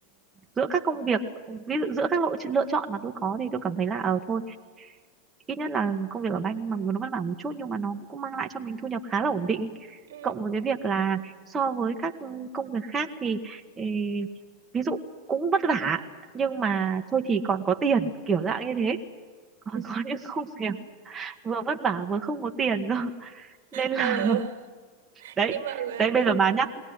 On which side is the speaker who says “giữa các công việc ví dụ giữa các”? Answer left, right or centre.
Right